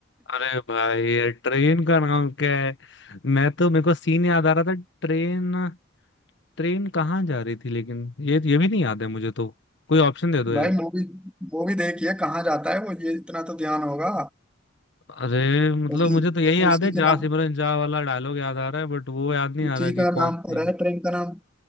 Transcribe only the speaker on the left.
अरे भाई ये ट्रेन का नाम क्या है मैं तो मेरे को सीन याद आ रहा था ट्रेन ट्रेन कहाँ जा रही थी लेकिन ये ये भी नहीं याद है मुझे तो कोई ऑप्शन दे दो
यार
अरे मतलब
मुझे तो यही याद
है
जा
सिमरन जा वाला डायलॉग याद आ रहा है बट वो याद नहीं आ
रहा
कि कौन
सी